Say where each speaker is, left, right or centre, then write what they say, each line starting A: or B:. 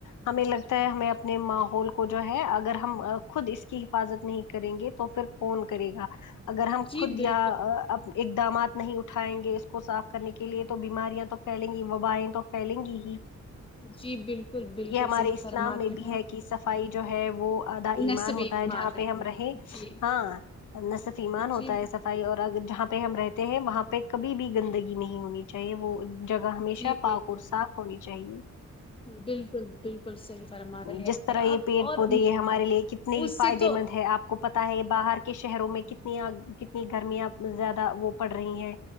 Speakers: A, on the left; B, on the left.
A: ہمیں لگتا ہے ہمیں اپنے ماحول کو جو ہے اگر ہم خود اس کی حفاظت نہیں کریں گے تو پھر کون کرے گا اگر ہم
B: جی
A: خود
B: بالکل
A: یہاں اقدامات نہیں اٹھائیں گے کو صاف کرنے کے لیے تو بیماریاں تو پھیلیں گی وبائیں تو پھیلیں گی ہی
B: جی بالکل بالکل
A: یہ ہمارے
B: صحیح
A: اسلام
B: فرماتے
A: میں بھی
B: ہیں
A: ہے کہ صفائی جو ہے وہ آدا ایمان
B: نصبی
A: ہوتا
B: ایمان
A: ہے جہاں پہ ہم رہیں
B: جی
A: ہاں نا صرف ایمان ہوتا
B: جی
A: ہے سب اور اگر جہاں پہ ہم رہتے ہیں وہاں پہ کبھی بھی گندگی نہیں ہونی چاہیے وہ جگہ ہمیشہ
B: جی
A: پاک
B: بالکل
A: اور صاف ہونی چاہیے
B: بالکل بالکل صحیح فرما رہے
A: جس طرح
B: ہیں
A: یہ
B: آپ
A: پیڑ
B: اور
A: پودے یہ ہمارے لیے کتنے
B: اس
A: ہی فائدے
B: سے تو
A: مند ہے آپ کو پتا ہے باہر کے شہروں میں کتنی کتنی گرمیاں زیادہ وہ پڑ رہی ہیں